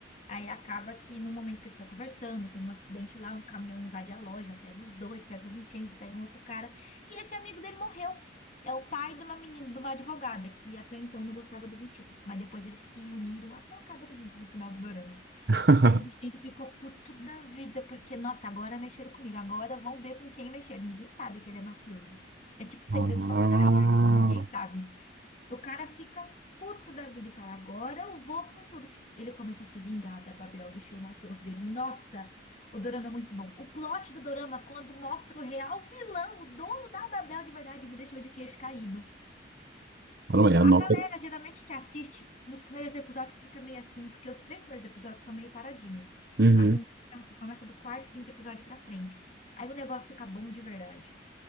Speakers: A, on the left; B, on the right.
A: Aí acaba que no momento que eles estão conversando, tem um acidente lá, um caminhão invade a loja, pega os dois, pega o Vincenzo, pega um outro cara. E esse amigo dele morreu. É o pai de uma menina, de uma advogada, que até então não gostava do Vincenzo. Mas depois eles se uniram, até acabam junto no final do dorama.
B: <laughs>
A: E o Vincenzo ficou puto da vida, porque, nossa, agora mexeram comigo. Agora vão ver com quem mexeram. Ninguém sabe que ele é mafioso. É tipo o segredo
B: Ah.
A: do Top Tier dele, ninguém sabe. O cara fica puto da vida e fala: Agora eu vou com tudo. Ele começa a se vingar da Babel, do estilo mafioso dele. Nossa, o dorama é muito bom. O plot do dorama, quando mostra o real vilão, o dono da Babel de verdade, me deixou de queixo caído.
B: Olha aí, anota.
A: A galera, geralmente, que assiste, nos primeiros episódios fica meio assim, porque os três primeiros episódios são meio paradinhos.
B: Uhum.
A: A vingança mesmo só começa do quarto, quinto episódio pra frente. Aí o negócio fica bom de verdade.